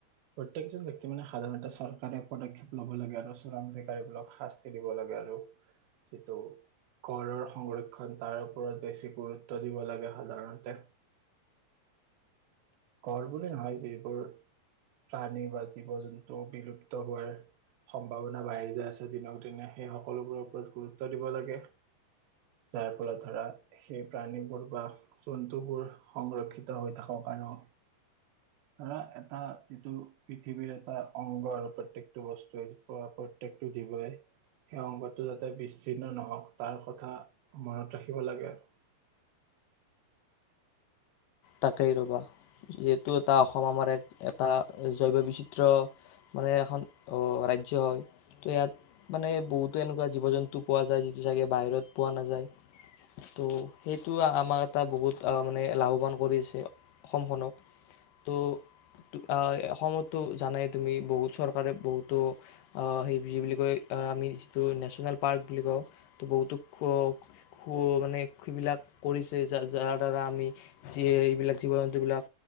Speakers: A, on the right; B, on the left.
A: প্ৰত্যেকজন ব্যক্তিৰ মানে সাধাৰণতে চৰকাৰে পদক্ষেপ ল'ব লাগে আৰু চোৰাং জিকাৰিবোৰক শাস্তি দিব লাগে আৰু যিটো গঁড়ৰ সংৰক্ষণ, তাৰ ওপৰত বেছি গুৰুত্ব দিব লাগে। সাধাৰণতে। গঁড়ৰ বুলি নহয়, যিবোৰ প্ৰাণী বা জীৱ জন্তু বিলুপ্ত হোৱাৰ সম্ভাৱনা বাঢ়ি যায় আছে দিনক দিনে, সেই সকলোবোৰৰ ওপৰত গুৰুত্ব দিব লাগে। যাৰ ফলত ধৰা সেই প্ৰাণীবোৰ বা জন্তুবোৰ সংৰক্ষিত হৈ থাকক আৰু ধৰা এটা যিটো পৃথিৱীৰ এটা অংগ, আৰু প্ৰত্যেকটো বস্তুৱে বা প্ৰত্যেকটো জীৱই সেই অংগটো যাতে বিচ্ছিন্ন নহওক, তাৰ কথা মনত ৰাখিব লাগে আৰু।
B: তাকেই ৰবা, যিহেতু এটা অসম আমাৰ এক এটা জৈৱ বৈচিত্ৰ্য মানে এখন অ, ৰাজ্য হয়, ত' ইয়াত মানে বহুতো এনেকুৱা জীৱ জন্তু পোৱা যায়, যিটো চাগে বাহিৰত পোৱা নাযায়, ত' সেইটো আমাক এটা বহুত মানে লাভৱান কৰিছে অসমখনক, ত' ত আ অসমতো জানাই তুমি, বহুত চৰকাৰে বহুতো আ, সেই-সেইবুলি কয়, আমি যিটো নেশচনেল পাৰ্ক বুলি কওঁ, ত বহুতো খ-খ মানে সিবিলাক কৰিছে, যা-যাৰ দ্বাৰা আমি যিয়ে এইবিলাক জীৱ জন্তুবিলাক